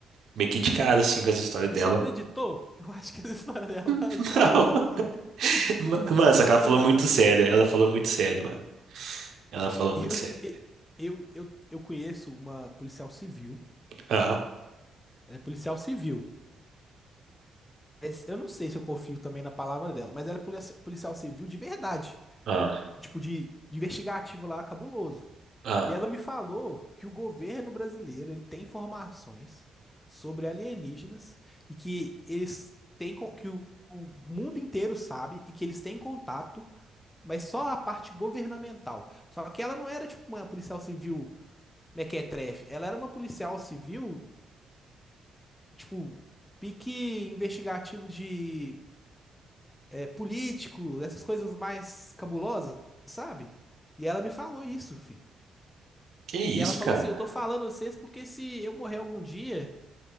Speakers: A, on the right; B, on the left.
A: meio que de cara, assim, com essa história dela.
B: E você acreditou? Eu acho que essa história dela <laughs>
A: <laughs>
B: é pra boi dormir. <laughs> Teve desculpa.
A: Não, mano, só
B: Essa
A: que ela falou
B: manhã
A: muito
B: eu tenho.
A: sério. Ela falou muito sério, mano. Ela falou muito
B: Eu,
A: sério.
B: eu, eu, eu conheço uma policial civil.
A: Ah,
B: Ela é policial civil. Mas eu não sei se eu confio também na palavra dela. Mas ela é polici- policial civil de verdade.
A: ah,
B: Tipo, de, de investigativo lá, cabuloso.
A: ah.
B: E ela me falou que o governo brasileiro ele tem informações sobre alienígenas e que eles têm. co- Que o o mundo inteiro sabe e que eles têm contato mas só a parte governamental. Só que ela não era tipo uma policial civil mequetrefe, ela era uma policial civil, tipo, pique investigativo de é, político, essas coisas mais cabulosas, sabe? E ela me falou isso, fi.
A: Que isso,
B: E ela falou
A: cara?
B: assim: Eu tô falando a vocês porque se eu morrer algum dia,